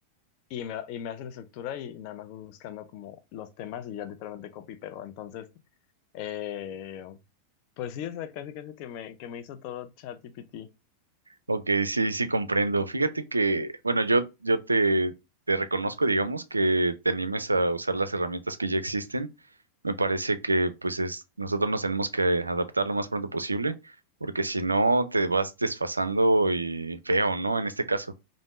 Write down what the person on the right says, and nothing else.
Ok, sí, sí comprendo. Fíjate que, bueno, yo, yo te, te reconozco, digamos, que te animes a usar las herramientas que ya existen. Me parece que, pues, es, nosotros nos tenemos que adaptar lo más pronto posible, porque si no, te vas desfasando y feo, ¿no? En este caso.